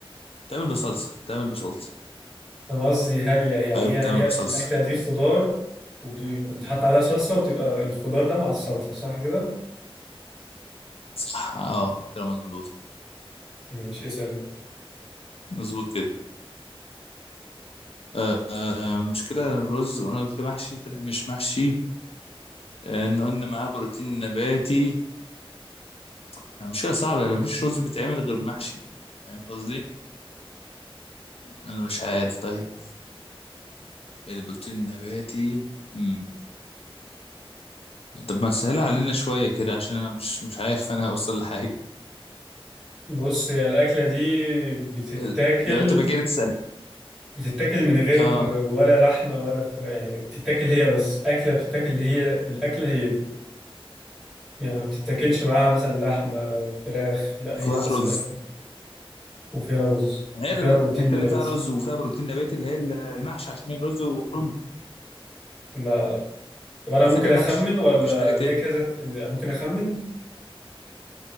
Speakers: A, on the left; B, in the centre.
A: بتعمل بصلصه بتعمل بصلصه
B: أنا قصدي هل هي- يعني
A: ايوه بتعمل
B: هي هي
A: بصلصه
B: الأكلة دي خضار وبتحط عليها صلصة بتبقى الخضار ده مع الصلصة صح كده؟
A: صح اه كده مظبوط
B: ماشي اسأل
A: مظبوط كده آه آه، مشكلة الرز وانا قلت محشي طلع مش محشي آه، ان قلنا معاه بروتين نباتي يعني مشكلة صعبة يعني مفيش رز بيتعمل غير محشي فاهم قصدي انا مش عارف طيب البروتين النباتي مم. طب ما سهلها علينا شوية كده عشان انا مش مش عارف انا هوصل لحاجة
B: بص هي الأكلة دي بتتاكل
A: آه، لو انت ما كده تسأل
B: بتتاكل من غير
A: اه
B: ولا لحمه ولا فراخ يعني بتتاكل هي بس اكله بتتاكل هي الاكله هي دي يعني ما بتتاكلش معاها مثلا لحمه فراخ لا
A: وفيها
B: هي بس
A: رز
B: الاكله وفيها رز
A: ما هي
B: وفيها
A: ال-
B: بروتين
A: انت
B: نباتي
A: اللي فيها رز وفيها بروتين نباتي اللي هي المحشي عشان الرز وكرنب
B: لا لا طب انا
A: أكلة
B: ممكن
A: المحشي
B: اخمن ولا
A: مفيش حاجة
B: ليا
A: تاني
B: كذا ممكن اخمن